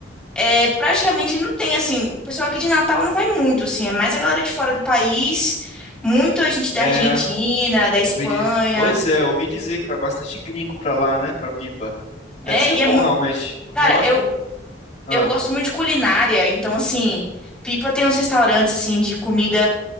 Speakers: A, in the centre; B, on the left.
A: é praticamente não tem assim, o pessoal aqui de Natal não vai muito, assim, é mais a galera de fora do país, muita gente da
B: É,
A: Argentina, da
B: Eu
A: Espanha.
B: ouvi di- Pois é, eu ouvi dizer que vai bastante gringo pra lá, né? Pra Pipa. Deve
A: É,
B: ser
A: e
B: bom,
A: é muito,
B: realmente. Vou...
A: cara,
B: Acho
A: eu
B: que. Ah,
A: eu gosto muito de culinária, então assim, Pipa tem uns restaurantes assim de comida